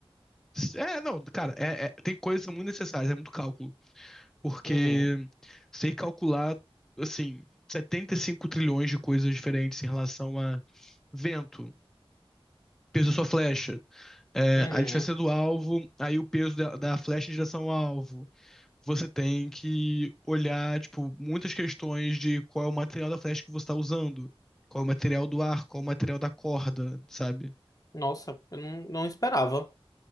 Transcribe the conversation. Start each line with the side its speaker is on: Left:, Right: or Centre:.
Centre: É, não, cara, é- é- tem coisas que são muito necessárias, é muito cálculo. porque
Left: Uhum,
Centre: sei calcular, assim, 75 trilhões de coisas diferentes em relação a vento, peso da sua flecha, é,
Left: uhum.
Centre: a distância do alvo, aí o peso da, da flecha em direção ao alvo. Você tem que olhar, tipo, muitas questões de qual é o material da flecha que você está usando, qual é o material do ar, qual é o material da corda, sabe?
Left: Nossa, eu não, não esperava.